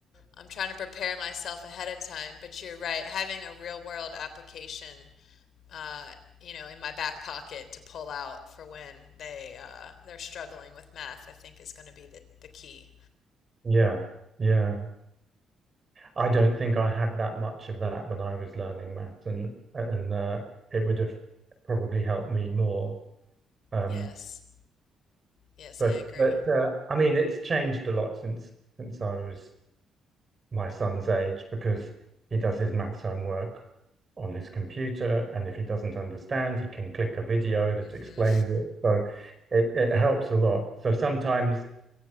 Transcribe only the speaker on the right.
yeah yeah I don't think I had that much of that when I was learning maths and and uh, it would have probably helped me more um
but
but uh, I mean it's changed a lot since since I was my son's age because he does his maths homework on his computer, and if he doesn't understand, he can click a video that
explains it. So it, it helps a lot. So sometimes